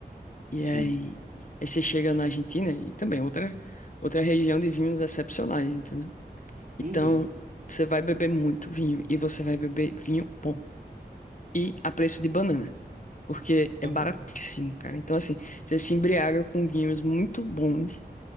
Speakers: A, on the left; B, on the right.
A: E
B: sim.
A: aí, aí você chega na Argentina e também outra, outra região de vinhos excepcionais, entendeu? Então,
B: Uhum,
A: você vai beber muito vinho e você vai beber vinho bom. E a preço de banana, porque é
B: aham.
A: baratíssimo, cara. Então, assim, você se embriaga com vinhos muito bons,